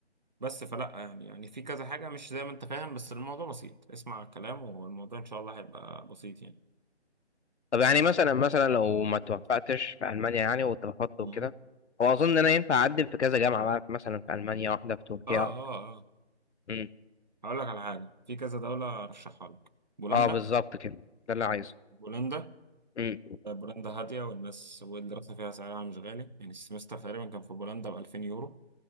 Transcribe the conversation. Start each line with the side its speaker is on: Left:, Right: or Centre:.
Right: بس فلا يعني يعني في كذا حاجة مش زي ما انت فاهم بس الموضوع بسيط اسمع الكلام والموضوع ان شاء الله هيبقى بسيط يعني
Left: طب يعني مثلا مثلا لو ما توفقتش في المانيا يعني واترفضت وكده
Right: مم.
Left: هو اظن ان انا ينفع اقدم في كذا جامعه بقى مثلا في المانيا واحده في تركيا
Right: اه اه اه
Left: واحدة.
Right: هقول لك على حاجة في كذا دولة ارشحها لك بولندا
Left: اه بالظبط كده ده اللي عايزه
Right: بولندا
Left: امم
Right: آه، بولندا هادية والناس والدراسة فيها سعرها مش غالي يعني السمستر تقريبا كان في بولندا ب 2000 يورو